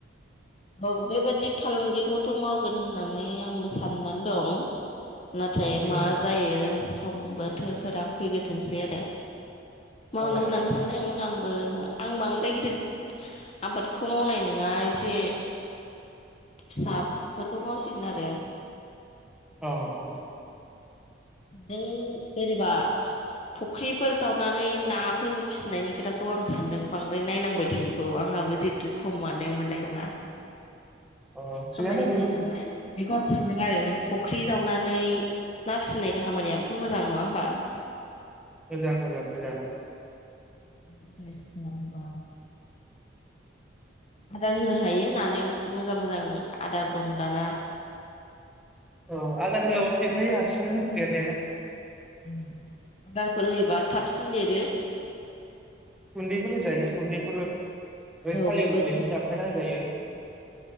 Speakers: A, on the left; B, in the centre.
A: औ बेबादि फालांगिखौथ' मावगोन होननानै आंबो साननानै दं। नाथाय
B: उम
A: मा जायो समबो बोथोरफोरा फैग्रोथोंसै आरो मावनो
B: अ
A: होननानै
B: अ
A: सानदों आं ओ आं बांद्राय गिदिद आबादखौ मावनाय नोङा एसे <inaudible> फिसाफोरखौ मावसिगोन आरो
B: औ औ
A: नों जेनेबा फख्रिफोर जावनानै नाफोरबो फिसिनायनि खोथाखौ आं सानदों बांद्राय नायनांबाय थायिखौ आंहाबो जिथु समानो मोननाय नङा।
B: अ
A: खामानि
B: थिगानो
A: थायो
B: बेबो
A: नालाय बेखौ सानदों आरो फख्रि जावनानै ना फिसिनाय खामानियाबोथ' मोजां नङा होमबा?
B: मोजां मोजां मोजांङानो
A: <unintelligible> खालामबा आदार होनो हायो नानो मोजां मोजां आदार दं दाना।
B: अ आदार होआबाबो देरफायो हारसिंनो होन देरनायालाय
A: <unintelligible> आदारफोर होयोबा थाबसिन देरो।
B: गुन्दैफोर होजायो गुन्दैफोर ओमफाय
A: औ
B: थालिर
A: बेबायदि
B: बिलाइखौ दानफायना होजायो।